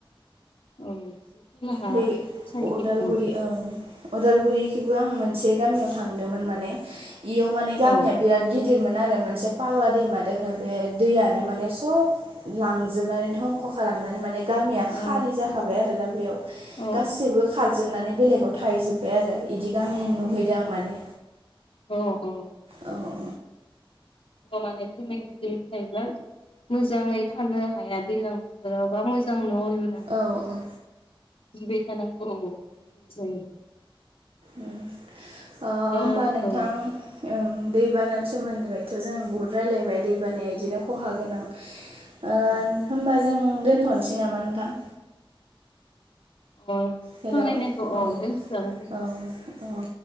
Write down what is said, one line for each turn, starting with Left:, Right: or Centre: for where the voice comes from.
Left: औ खोलाहा
Right: बै
Left: साइथिं
Right: अदालगुरि
Left: औ
Right: ओं अदालगुरिखिबो आं मोनसे गामियाव थांदोंमोन माने इयाव माने गामिया
Left: औ
Right: बिराद गिदिरमोन आरो मोनसे फाग्ला दैमा दोंङो बे दैयानो माने सब लांजोबनानै धंख' खालामनानै माने गामिया
Left: अ
Right: खालि
Left: औ
Right: जाखाबाय आरो दा बेयाव
Left: औ
Right: गासैबो खारजोबनानै बेलेगाव थाहैजोबबाय ओमफफ्राय आरो बिदि गामि नुहैदों आं माने
Left: अ औ
Right: औ औ
Left: मान <unintelligible> मोजांङै थानो हाया दैलां बोथोराव बा मोजां न' लुनो
Right: औ ओ।
Left: गिबाय थानांगौ जायो।
Right: ओम ओ
Left: दा
Right: ओमबा नोंथां
Left: औ
Right: ओं दैबानि सोमोन्दैथ' जों बहुद रायलायबाय दैबानाया इदिनो खहा गोनां ओ
Left: उम
Right: होमबा जों दोनथ'नोसै नामा नोंथां?
Left: अ।
Right: हेलौ
Left: सावरायनायखौ औ
Right: अ औ
Left: दोनथ'जागोन दे नोंथां
Right: औ